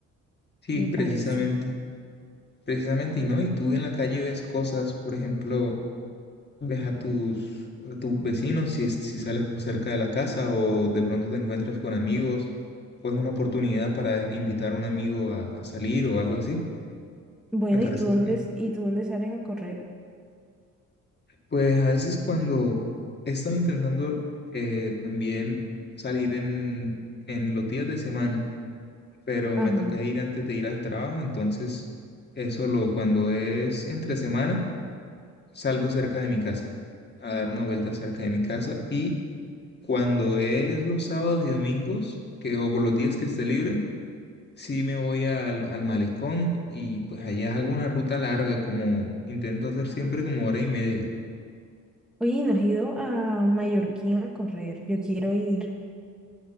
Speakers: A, on the left (about 35°); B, in the centre.
A: Sí,
B: me
A: precisamente.
B: parece.
A: Precisamente, y no, y tú en la calle ves cosas, por ejemplo, ves a tus, a tus vecinos si, si sales por cerca de la casa o de pronto te encuentras con amigos, o es una oportunidad para invitar a un amigo a, a salir o algo así.
B: Bueno,
A: Me parece,
B: ¿y tú dónde,
A: sen-
B: s- y tú dónde sales a correr?
A: pues a veces cuando he estado intentando eh, también salir en, en los días de semana, pero
B: Ajá.
A: me toca ir antes de ir al trabajo, entonces eso lo cuando es entre semana, salgo cerca de mi casa. a dar una vuelta cerca de mi casa y cuando es los sábados y domingos, que o con los días que esté libre, sí me voy al, al malecón y pues allá hago una ruta larga, como intento hacer siempre como hora y media.
B: Oye, ¿y no has ido a Mallorquín a correr? Yo quiero ir.